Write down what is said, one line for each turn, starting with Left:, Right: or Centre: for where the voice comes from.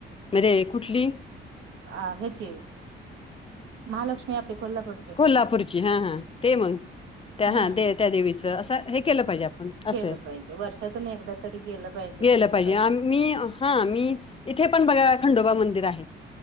Left: म्हणजे कुठली
Right: अ ह्याचे महालक्ष्मी आपले कोल्हापूर
Left: कोल्हापूरची हा हा ते मग त्या
Right: हम्म
Left: हा दे त्या देवीचं असं हे केलं पाहिजे आपण
Right: केलं
Left: असं
Right: पाहिजे वर्षातून एकदा तरी गेलं पाहिजे
Left: गेला
Right: केलं
Left: पाहिजे मी हा मी.. इथे पण बघा खंडोबा मंदिर आहे